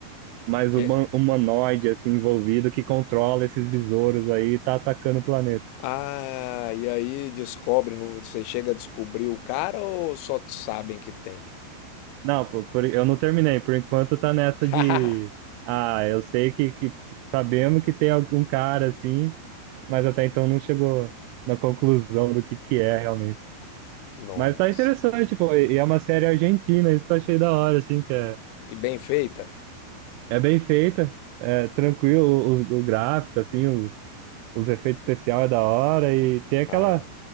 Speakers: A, on the right; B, on the left.
A: mais
B: Que...
A: human- humanoide, assim, envolvido, que controla esses besouros aí e tá atacando o planeta.
B: Ah, e aí descobre, no... você chega a descobrir o cara ou só sabem que tem?
A: Não, pô, por- eu não terminei. Por enquanto tá nessa de.
B: <laughs>
A: Ah, eu sei que, que sabemos que tem algum cara assim, mas até então não chegou na conclusão do que que é realmente.
B: Nossa.
A: Mas tá interessante, pô, e e é uma série argentina, isso que eu achei da hora, assim, que é,
B: E bem feita?
A: é bem feita, é tranquilo o, o- gráfico, assim, os, os efeitos especiais é da hora e tem aquela,
B: Ah,